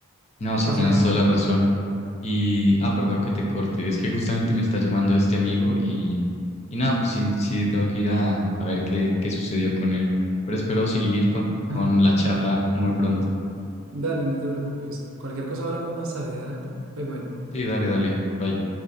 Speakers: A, on the left (about 30°); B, on the right (about 70°).
A: No, sí
B: O
A: tienes
B: sea,
A: toda la razón. Y, ah, perdón que te corte. Es que justamente me está llamando este amigo y, y nada, pues sí, sí tengo que ir a, a ver qué, qué sucedió con él. Pero espero seguir con,
B: <laughs>
A: con
B: ajá,
A: la charla muy pronto.
B: dale, no te preocupes. Cualquier cosa hablamos más tarde, dale. Bye bye.
A: Sí, dale, dale. Bye.